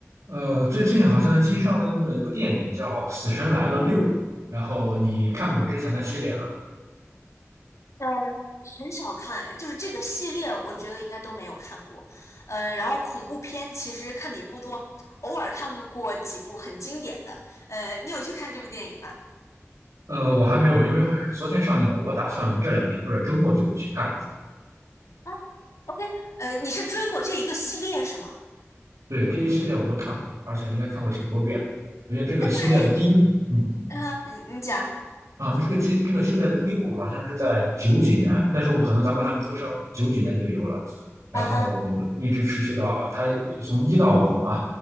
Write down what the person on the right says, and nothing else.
呃，最近好像新上映了一部电影叫《死神来了六》，然后你看过之前的系列吗？
呃，我还没有，因为好像是昨天上映的，我打算这两天或者周末就去看一下。
对，这一系列我都看过，而且应该看过挺多遍的。我觉得这个系列的第一，
嗯，
啊，这个系这个系列的第一部好像是在九几年，那时候可能咱们还没出生，九几年就有了，然后
一直持续到它从一到五嘛，